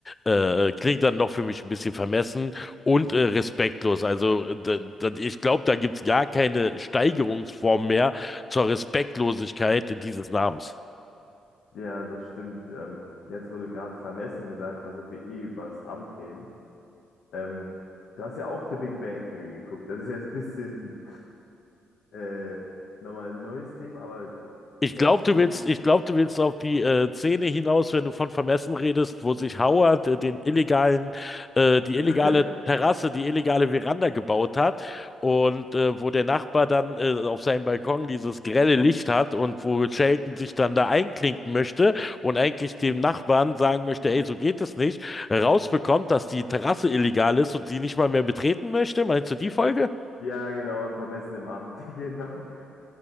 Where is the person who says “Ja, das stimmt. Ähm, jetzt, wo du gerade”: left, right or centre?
Left